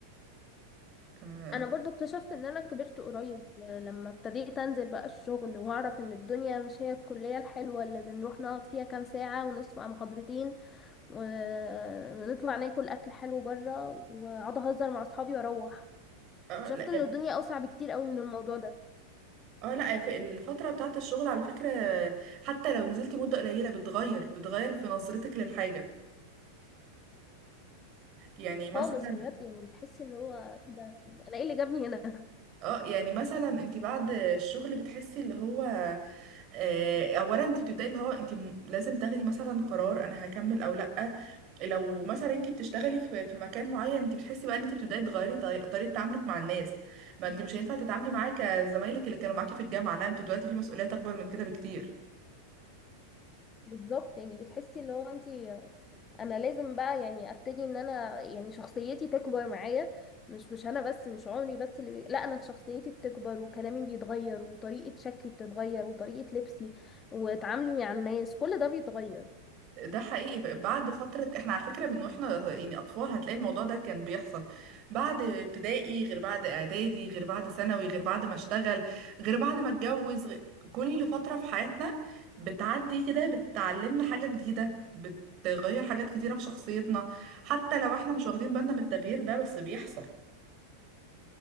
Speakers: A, on the right; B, on the left.
A: ف-
B: انا برضو اكتشفت ان انا كبرت قريب لما ابتديت انزل بقى الشغل واعرف ان الدنيا مش هي الكلية الحلوة اللي بنروح نقعد فيها كام ساعة ونسمع محاضرتين ونطلع ناكل اكل حلو بره واقعد اهزر مع اصحابي واروح
A: اه
B: اكتشفت
A: لا
B: ان الدنيا اوسع بكتير قوي من الموضوع ده
A: اه لا في الفترة بتاعت الشغل على فكرة حتى لو نزلتي مدة قليلة بتغير بتغير في نظرتك للحاجة يعني مثلا
B: خالص بجد يعني بتحسي اللي هو إيه ده انا ايه اللي جابني هنا
A: اه يعني مثلا انت بعد الشغل بتحسي اللي هو آه، اولا انت بتبداي اللي هو انت م- لازم تاخدي مثلا قرار انا هكمل او لا لو مثلا انت بتشتغلي في في مكان معين انت بتحسي بقى ان انت بتبداي تغيري طي- طريقه تعاملك مع الناس ما انت مش هينفع تتعاملي معاك زمايلك اللي كانوا معاكي في الجامعه لا انتوا دلوقتي في مسؤوليات اكبر من كده بكتير
B: <laughs> بالظبط يعني بتحسي اللي هو انت انا لازم بقى يعني ابتدي ان انا يعني شخصيتي تكبر معايا مش مش انا بس مش عمري بس اللي بي... لا انا شخصيتي بتكبر وكلامي بيتغير وطريقة شكلي بتتغير وطريقة لبسي وتعاملي مع الناس كل ده بيتغير
A: ده حقيقي ب- بعد فترة احنا على فكرة من واحنا يعني أطفال هتلاقي الموضوع ده كان بيحصل بعد ابتدائي غير بعد إعدادي غير بعد ثانوي غير بعد ما اشتغل غير بعد ما اتجوز غ- كل فترة في حياتنا بتعدي كده بتعلمنا حاجة جديدة بتغير حاجات كتيرة في شخصيتنا حتى لو احنا مش واخدين بالنا من التغيير ده بس بيحصل